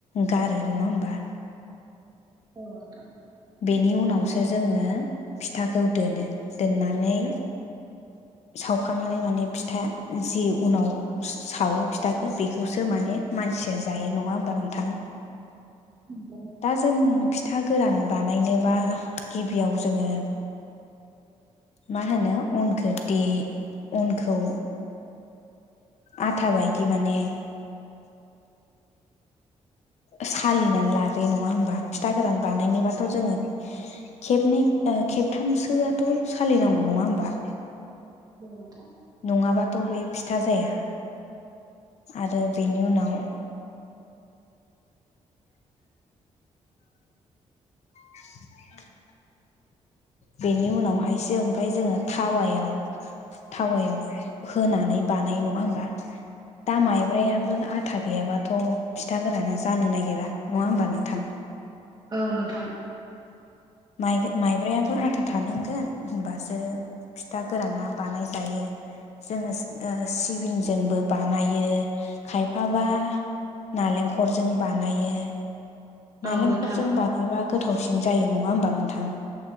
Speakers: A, on the left (about 70°); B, on the right (about 35°).
A: गारो नङा होमबा?
B: औ नोंथां।
A: बेनि उनावसो जोङो फिथाखौ दोनो, दोननानै सावखांनानै माने फिथा जि उनाव सावो फिथाखो बेखौसो माने मानसिया जायो नङा होमबा नोंथां?
B: उम।
A: दा जों फिथा गोरान बानायनोबा गिबियाव जोङो मा होनो अनखो दे अनखौ आथा बायदि माने सालिना लाग्रोयो नङा होमबा फिथा गोरान बानायनोबाथ' जोङो खेबनै ओ खेबथामसोआथ' सालिनांगौ नङा होमबा?
B: औ नोंथां।
A: नङाबाथ' बे फिथा जाया। आरो बेनि उनाव <inaudible> बेनि उनावहायसो ओमफाय जोङो थावायाव थावायाव होनानै बानायो नङा होमबा? दा माइब्रायाबो आथा गैयाबाथ' फिथा गोराना जानो नागिरा नङा होमबा नोंथां?
B: औ नोंथां।
A: माइ माइब्रायाबो आथा थानांगोन होनबासो फिथा गोराना बानाय जायो। जोङो ओ सिबिंजोंबो बानायो, खायफाबा नालेंखरजों बानायो। नालेंखरजों
B: औ नोंथां
A: बानायबा गोथावसिन जायो नङा होमबा नोंथां?